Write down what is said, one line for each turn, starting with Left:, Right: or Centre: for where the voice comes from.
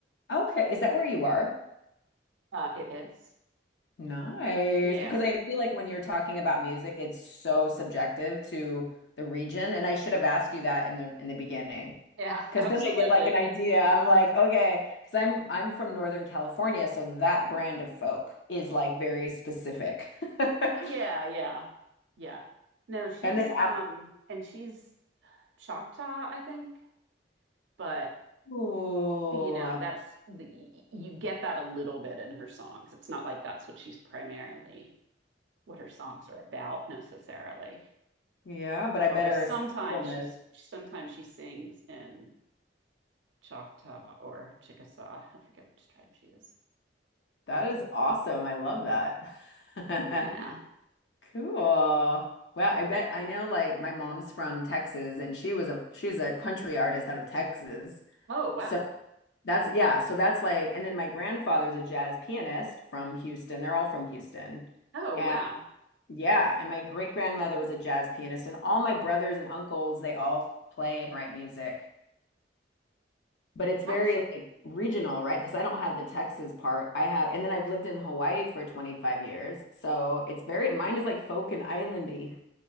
Left: Okay. Is that where you are?
Right: uh it is
Left: Nice.
Right: yeah
Left: Because I feel like when you're talking about music, it's so subjective to the region. And I should have asked you that in the in the beginning.
Right: yeah
Left: Because
Right: <laughs>
Left: then
Right: absolutely
Left: I get like an idea. I'm like, okay, because I'm I'm from Northern California, so that brand of folk is like very specific. <laughs>
Right: Uh, yeah yeah yeah no she's
Left: And then, ab-
Right: um and she's choctaw i think but
Left: ooh,
Right: you know that's the you get that a little bit in her songs it's not like that's what she's primarily what her songs are about necessarily.
Left: yeah, but I
Right: Although
Left: better
Right: sometimes
Left: sampleness.
Right: she sometimes she sings in Choctaw or Chickasaw. I forget which tribe she is.
Left: That is awesome. I love that. <laughs>
Right: Yeah.
Left: Cool. Wow,
Right: Oh,
Left: I bet I know like my mom's from Texas and she was a she's a country artist out of Texas.
Right: oh wow.
Left: So that's yeah, so that's like and then my grandfather's a jazz pianist from Houston. They're all from Houston.
Right: Oh
Left: And
Right: wow.
Left: yeah, and my great grandmother was a jazz pianist and all my brothers and uncles, they all play and write music. But it's very
Right: That's
Left: like regional, right? Because I don't have the Texas part. I have and then I've lived in Hawaii for 25 years. So it's very mine is like folk and islandy.